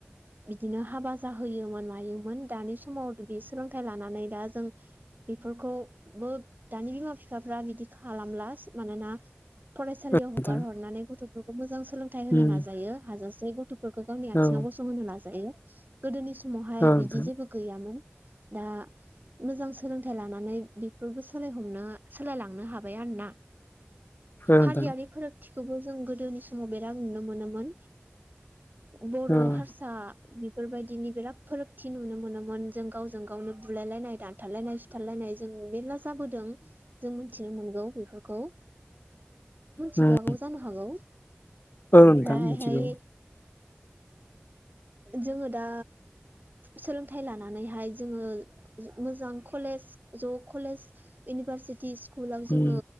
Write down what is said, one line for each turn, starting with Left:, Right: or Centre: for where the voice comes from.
Right: बिदिनो हाबा जाहोयोमोन मायोमोन दानि समाव बे सोलोंथाइ लानानै दा जों बेफोरखौबो दानि बिमा बिफाफ्रा बिदि खालामला मानोना फरायसालियाव
Left: नोंथां
Right: हगार हर गथ'फोरखौ मोजां सोलोंथाइ होनो
Left: उम
Right: नाजायो हाजासे गथ'फोरखौ गावनि आथिङाव
Left: औ
Right: गसंहोनो नाजायो। गोदोनि समावहाय
Left: औ नोंथां
Right: बिदि जेबो गैयामोन दा मोजां सोलोंथाइ लानानै बेफोरबो सोलाय हमनो सोलायलांनो हाबाय आरोना।
Left: औ नोंथां
Right: हारियारि
Left: औ
Right: फोर थिखौबो जों गोदोनि समाव बिराद नुनो मोनोमोन बर'
Left: उम
Right: हारसा बेफोरबायदिनि बिराद फारागथि नुनो मोनोमोन जों गावजों गावनो बुलायलायनाय दानथारलायनाय सुथारलायनाय जों मेला जाबोदों जों मोनथिनो मोनगौ बिफोरखौ
Left: उम
Right: मिथियाबो जानो हागौ
Left: औ नोंथां
Right: मफ्रायहाय
Left: मिथिगौ
Right: जोङो दा सोलोंथाइ लानानैहाय जोङो मोजां कलेज ज' कलेज इउनिभारसिटि स्कुलाव जोङो
Left: उम